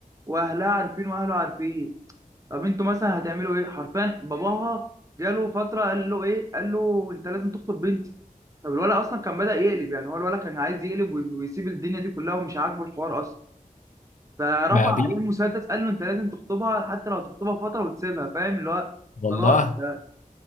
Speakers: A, on the right; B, on the left.
A: واهلها عارفين واهله عارفين طب انتوا مثلا هتعملوا ايه حرفيا باباها جاله فتره قال له ايه قال له انت لازم تخطب بنتي طب الولد اصلا كان بدا يقلب يعني هو الولد كان عايز يقلب وي- ويسيب الدنيا دي كلها ومش عاجبه الحوار اصلا فرفع
B: ما بي
A: عليه المسدس قال له انت لازم تخطبها حتى لو تخطبها فتره وتسيبها فاهم اللي هو
B: والله
A: خلاص ده